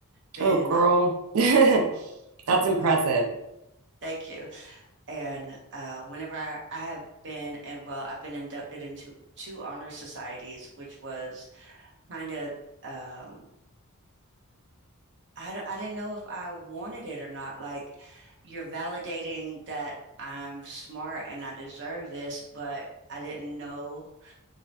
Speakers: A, on the right (about 55°); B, on the right (about 70°).
A: been,
B: Oh girl. <laughs> That's
A: <sighs> <laughs>
B: impressive.
A: thank you. And uh, whenever I, I have been, and well, I've been inducted into two honor societies, which was kind of, um, I d- I didn't know if I wanted it or not. Like, you're validating that I'm smart and I deserve this, but I didn't know